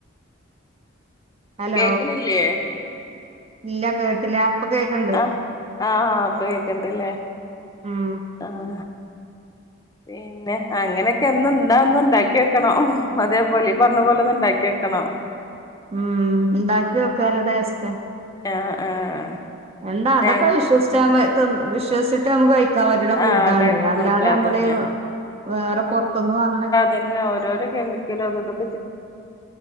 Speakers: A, on the right (about 30°); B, on the left (about 15°).
A: ഹലോ
B: കേക്കണില്ലേ
A: ഇല്ല കേട്ടില ഇപ്പ കേക്ക്ണ്ട്
B: ആഹ് ആഹ് ഇപ്പൊ കേക്കണ്ടല്ലേ
A: ഉം
B: ആഹ് പി പിന്നെ അങ്ങനെക്കെ ഇന്ന് ന്നാ ഒന്ന് ഇണ്ടാക്കി വെക്കണം അതേപോലെ ഈ പർഞ്ഞ പോലെ ഒന്ന് ഇണ്ടാക്കി വെക്കണം
A: ഉം ഇണ്ടാക്കിയോക്ക് നല്ല ടേസ്റ്റാ
B: ആഹ് ആഹ് ആഹ്
A: എന്താ അതൊക്കെ
B: ഞാൻ
A: വിശ്വസിച്ചാമ്പെ തി വിശ്വസിട്ട് നമുക്ക് കഴി ക്കാം പറ്റ്ണ ഫുഡാണെ
B: ആഹ് കഴിക്കാൻ
A: അല്ലാതെ
B: പറ്റും അതന്നെ
A: അമ്മളീ വേറെ പൊർത്ത്ന്ന് വാങ്ണ
B: തന്നെ ഓരോരോ കെമിക്കലു അത്ടും